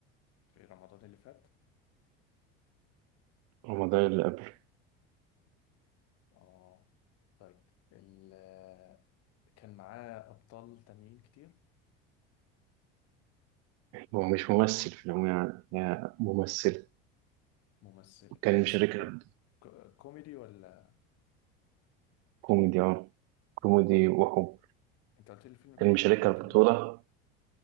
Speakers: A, on the left; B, on the right.
A: في رمضان اللي فات؟
B: رمضان اللي قبله
A: آه طيب ال... آه، كان معاه أبطال تانيين كتير
B: هو مش ممثل في العموم يعني هي ممثلة
A: ممثل كانت
B: كان مشاركها
A: قصة حب ك- كوميدي ولا
B: كوميدي اه كوميدي وحب
A: أنت قلت لي الفيلم
B: كان
A: من كام
B: مشاركها
A: كلمة كلمتين
B: البطولة